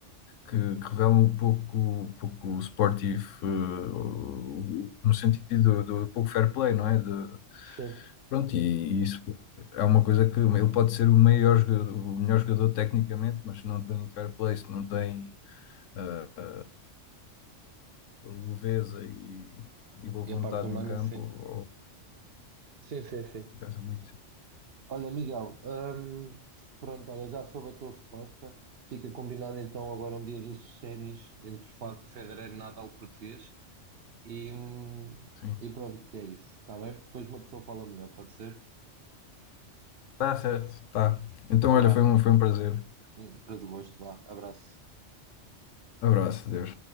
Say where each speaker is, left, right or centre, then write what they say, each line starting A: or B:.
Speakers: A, on the left; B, on the right.
A: que, que revelam um pouco, um pouco esportivo, eh, o- no sentido do, do pouco fair play, não é? De,
B: Sim.
A: pronto, e, e isso é uma coisa que ele pode ser o maior jogador, o melhor jogador tecnicamente, mas se não tem fair play, se não tem eh, eh, leveza e, e boa vontade
B: E a parte humana,
A: em campo,
B: sim.
A: ou-
B: Sim, sim, sim.
A: pesa muito,
B: Olha, Miguel, hum, pronto, olha, já soube a tua resposta. Fica combinado então agora um dia desses ténis entre Fa- Federer e Nadal português. E, hum,
A: sim.
B: e pronto, que é isso. Está bem? Depois uma pessoa fala melhor, pode ser?
A: Tá certo, tá. Então,
B: Então
A: olha,
B: vá.
A: foi um, foi um prazer.
B: Hum, Para do gosto, vá. Abraço.
A: Abraço, Deus.